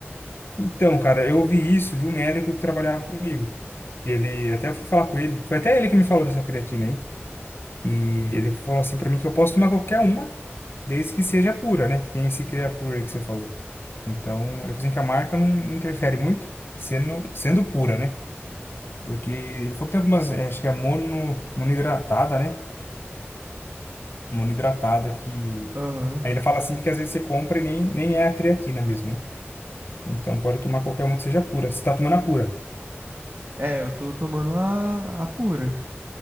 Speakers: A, on the left; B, on the right.
A: Então, cara, eu ouvi isso de um médico que trabalhava comigo. E ele, até eu fui falar com ele, foi até ele que me falou dessa creatina aí. E ele falou assim pra mim que eu posso tomar qualquer uma, desde que seja pura, né? Que tem esse Creapure aí que você falou. Então, ele falou assim que a marca não interfere muito, sendo, sendo pura, né? Porque ele falou que tem algumas, eh, acho que é mono, monoidratada, né? Monoidratada que.
B: Aham.
A: Aí ele fala assim que às vezes você compra e nem, nem é a creatina mesmo, né? Então pode tomar qualquer uma que seja pura. Você tá tomando a pura.
B: É, eu tô tomando a, a pura.